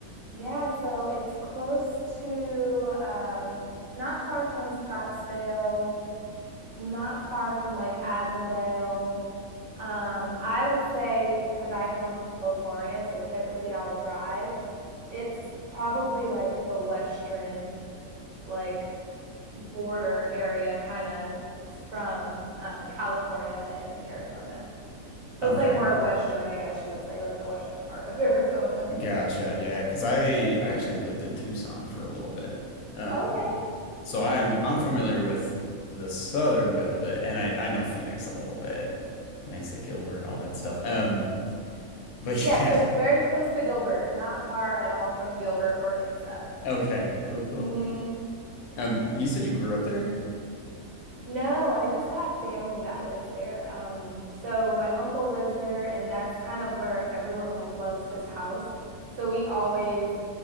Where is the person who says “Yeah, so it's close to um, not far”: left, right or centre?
Right